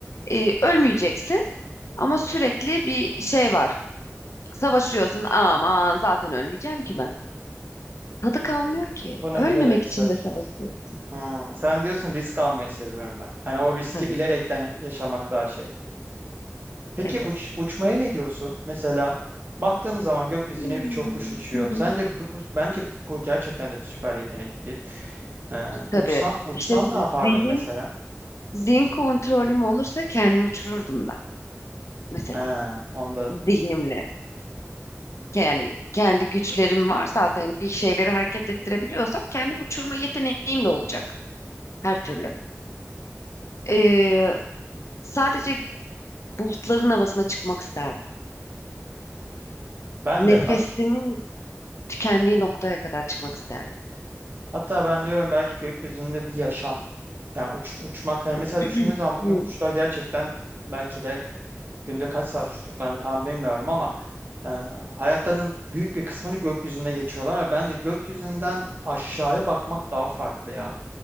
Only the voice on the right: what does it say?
Bunu
bilerek
savaşıyorsun.
Hmm, sen diyorsun risk almayı seviyorum ben. Hani o riski
bilerekten yaşamak daha şey. Peki
uç, uçmaya ne diyorsun? Mesela baktığım zaman gökyüzüne
birçok kuş uçuyor.
Sence
bu, bence bu gerçekten de bir süper yetenek bir. Ee, uçsan
uçsan
ne yapardın
mesela?
Ha, onda.
Ben
de
Hatta ben diyorum belki gökyüzünde bir yaşam. Yani uç, uçmak hani mesela
düşündüğün zaman bugün
kuşlar gerçekten belki de günde kaç saat uçtuklarını tam bilmiyorum ama e, hayatlarının büyük bir kısmını gökyüzünde geçiriyorlar ve bence gökyüzünden aşağıya bakmak daha farklı ya.